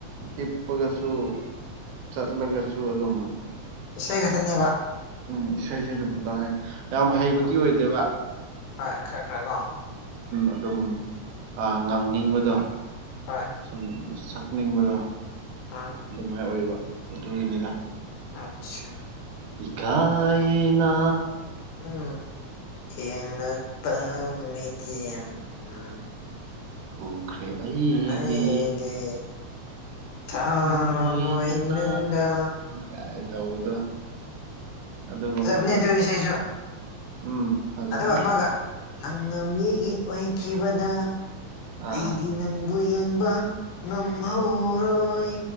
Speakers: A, on the right (about 80°); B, on the left (about 85°).
A: ꯍꯤꯞꯄꯒꯁꯨ ꯆꯠꯂꯒꯁꯨ ꯑꯗꯨꯝ
B: ꯏꯁꯩ ꯈꯇꯅꯦꯕ
A: ꯎꯝ ꯏꯁꯩꯁꯦ ꯑꯗꯨꯝ ꯇꯥꯏꯑꯦ ꯌꯥꯝ ꯍꯩꯕꯗꯤ
B: ꯎꯝ
A: ꯑꯣꯏꯗꯦꯕ
B: ꯍꯣꯏ ꯈꯔ ꯈꯔ ꯀꯣ
A: ꯑꯗꯨꯝ ꯉꯥꯡꯅꯤꯡꯕꯗꯣ
B: ꯍꯣꯏ
A: ꯁꯨꯝ ꯀꯛꯅꯤꯡꯕꯗ
B: ꯎꯝ
A: ꯑꯗꯨꯃꯥꯏꯅ ꯑꯣꯏꯕ ꯑꯗꯨꯒꯤꯅꯤꯅ
B: ꯑꯆꯥ
A: ꯀꯥꯏꯅꯥ
B: ꯑ ꯌꯦꯡꯅꯄ ꯃꯤꯠꯌꯦꯡꯅ
A: ꯎꯈ꯭ꯔꯦ ꯑꯩꯒꯤ
B: ꯅ ꯒꯤ ꯊꯥꯃꯣ
A: ꯃꯣꯏ ꯅꯪꯅ
B: ꯏꯅꯗꯥ
A: ꯀꯥꯏ ꯇꯧꯕꯗꯣ ꯑꯗꯨꯒꯨꯝꯕ
B: ꯑꯗꯨ ꯁꯔ ꯆ
A: ꯎꯝ ꯐꯖꯕ
B: ꯑꯗꯨꯒ ꯑꯃꯒ ꯅꯪꯅ ꯃꯤꯒꯤ ꯑꯣꯏꯈꯤꯕꯗ
A: ꯑꯥ
B: ꯑꯩꯗꯤ ꯅꯪꯕꯨ ꯌꯦꯡꯕ ꯉꯝꯍꯧꯔꯣꯏ